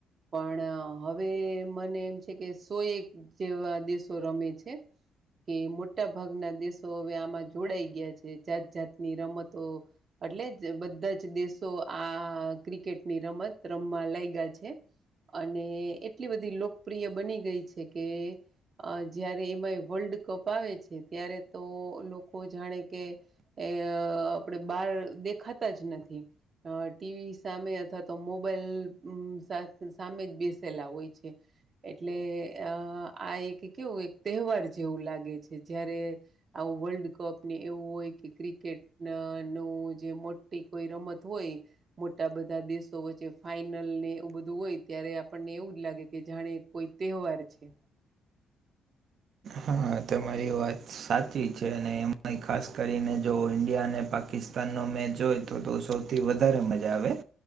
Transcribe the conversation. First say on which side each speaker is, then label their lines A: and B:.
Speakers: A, on the right; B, on the right.
A: પણ હવે મને એમ છે કે સો એક જેવા દેશો રમે છે કે મોટા ભાગના દેશો હવે આમાં જોડાઈ ગયા છે જાત જાતની રમતો એટલે જ બધા જ દેશો આ ક્રિકેટની રમત રમમાં લઈ ગયા છે અને એટલી બધી લોકપ્રિય બની ગઈ છે કે અ જયારે એમાંય વર્લ્ડ કપ આવે છે ત્યારે તો લોકો જાણે કે એ આપણેે બાર દેખાતા જ નથી અ ટીવી સામે અથવા તો મોબાઈલ સાથે સામે જ બેસેલા હોય છે એટલે અ આ એક કેવું એક તહેવાર જેવું લાગે છે જારે આવું વર્લ્ડ કપ ને એવું હોય કે ક્રિકેટ નું જે મોટી કોઈ રમત હોય મોટા બધા દેશો વચ્ચે ફાાઈનલ ને એવું બધું ું હોય ત્યારે આપણને એવું જ લાગે કે જાણે કોઈ તહેવાર છે
B: હા તમારી વાત સાચી છે અને એમાં ખાસ કરીને જો ઈન્ડિયા અને પાકિસ્તાન તાનું મે જોયતું તું સૌથી વધારે મજા આવે.